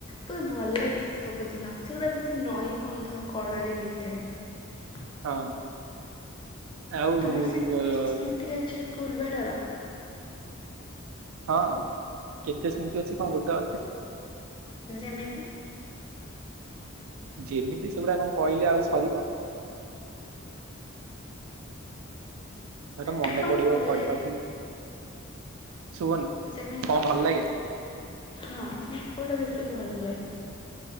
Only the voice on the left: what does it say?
ବହୁତ ଭଲ ଲାଗେ ସେ ସବୁ ଦିନ, ସେଗୁଡା ବେଶୀ ନଈବନ୍ଧ କଳରେ ହେଇଥାଏ।
ତମର
ସେମିତି କିଛି ସ୍ମୃତି ଅଛ ପୁଲବେଳର।
ଯେମିତି?
ନା କଣ
ଭଲ
ଲାଗେ
ଯେମିତି
ହଁ ଯେମିତି କୋଉଟା ବେଶୀ ଭଲ ଲାଗେ